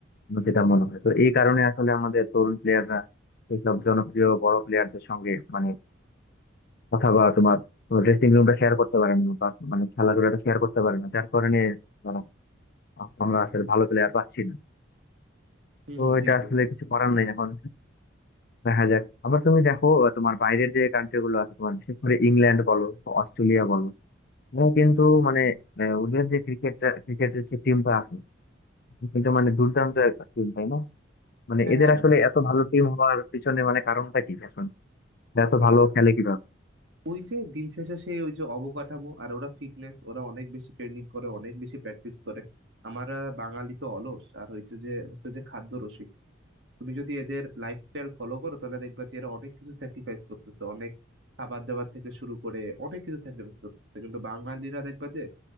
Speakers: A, on the left; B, on the right.
A: আমার যেটা মনে হয় তো এই কারণে আসলে আমাদের তরুণ প্লেয়াররা এইসব জনপ্রিয় বড় প্লেয়ারদের সঙ্গে মানে অথবা তোমার ড্রেসিং রুমটা শেয়ার করতে পারে না বা মানে খেলাধুলাটা শেয়ার করতে পারে না যার কারণে ধরো আমরা আসলে ভালো প্লেয়ার পাচ্ছি না
B: হুম
A: তো
B: হুম
A: এটা
B: ঠিক
A: আসলে
B: বল
A: কিছু করার নেই এখন দেখা যাক আবার তুমি দেখো আহ, তোমার বাইরের যে কান্ট্রি গুলো আছে তোমার বিশেষ করে ইংল্যান্ড বলো বা অস্ট্রেলিয়া বলো ওরা কিন্তু মানে আহ, ওদের যে ক্রিকেট ক্রিকেটের যে টিমটা আছে কিন্তু মানে দুর্দান্ত একটা টিম তাই না মানে
B: হ্যাঁ
A: এদের
B: হ্যাঁ
A: আসলে এত ভালো টিম হওয়ার পিছনে মানে কারণটা কি এখন এরা এত ভালো খেলে কিভাবে
B: ওই যে দিন শেষে সেই ওই যে অবকাঠামো আর ওরা ফিটনেস ওরা অনেক বেশি ট্রেনিং করে অনেক বেশি প্র্যাকটিস করে আমরা বাঙালি তো অলস আর হচ্ছে যে হচ্ছে যে খাদ্য তুমি যদি এদের লাইফস্টাইল ফলো করো তাহলে দেখবা যে এরা অনেক কিছু স্যাক্রিফাইস করতেছে অনেক খাবার দাবার থেকে শুরু করে অনেক কিছু স্যাক্রিফাইস করতেছে কিন্তু বাঙালিরা দেখবা যে